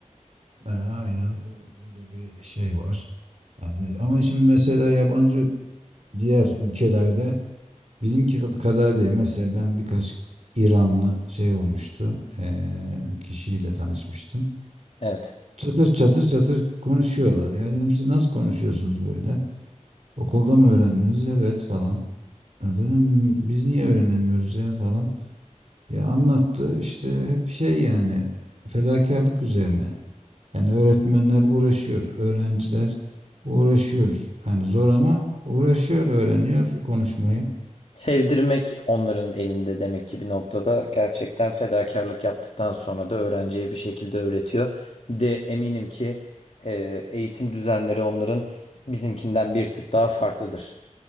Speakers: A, on the right; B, on the left.
A: yani aynen o- öyle bir şey var. Yani ama şimdi mesela yabancı diğer ülkelerde bizimki kadar değil. Mesela ben birkaç İranlı şey olmuştu. e, kişiyle tanışmıştım.
B: Evet.
A: Çatır çatır çatır konuşuyorlar. Ya dedim siz nasıl konuşuyorsunuz böyle? Okulda mı öğrendiniz? Evet falan. Ya dedim biz niye öğrenemiyoruz ya falan. Ya anlattı işte hep şey yani fedakarlık üzerine. Yani öğretmenler uğraşıyor, öğrenciler uğraşıyor. Yani zor ama uğraşıyor, öğreniyor konuşmayı.
B: Sevdirmek onların elinde demek ki bir noktada gerçekten fedakarlık yaptıktan sonra da öğrenciye bir şekilde öğretiyor. Bir de eminim ki e, eğitim düzenleri onların bizimkinden bir tık daha farklıdır